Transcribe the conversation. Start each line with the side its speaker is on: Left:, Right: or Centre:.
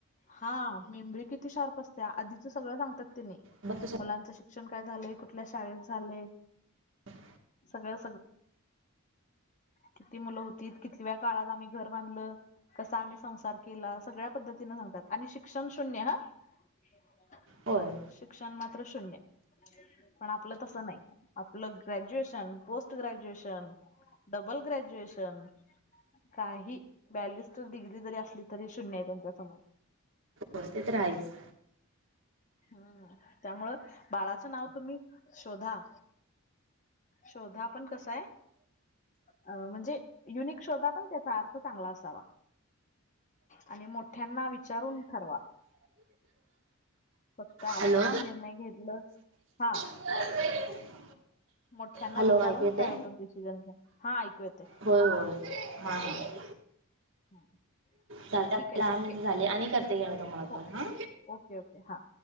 Left: हा मेमरी किती शार्प असते आधीच सगळं सांगतात तिने
Right: मग त
Left: मुलांचं शिक्षण काय झालंय कुठल्या शाळेत झाले
Right: <inaudible>
Left: सगळं सगळं किती मुलं होती कितव्या काळात आम्ही घर बांधलं कसा आम्ही संसार केला सगळ्या पद्धतीने सांगतात आणि शिक्षण शून्य हा <inaudible>
Right: होय
Left: शिक्षण मात्र शून्य पण आपलं तस नाही आपलं graduation post graduation double graduation काही बॅलिस्टर डिग्री जरी असली तरी शून्य आहे त्यांच्या समोर
Right: होय ते तर आहेच
Left: हम्म त्यामुळं बाळाचं नाव तुम्ही शोधा शोधा पण कसा आहे अ म्हणजे युनिक शोधा पण त्याचा अर्थ चांगला असावा आणि मोठ्यांना विचारून ठरवा फक्त आपणच
Right: हॅलो
Left: निर्णय घेतलं हा
Right: <unintelligible>
Left: मोठ्यांना
Right: हॅलो
Left: विचारून
Right: ऐकू येते
Left: कायतो डिसिजन घ्या, हा ऐकू येतय.
Right: होय होय हा हा
Left: <inaudible>
Right: दहा
Left: ठीक आहे ओके
Right: मिनिट झाली आणि करते गेल तुम्हाला
Left: हो
Right: पण हा
Left: ओके ओके हा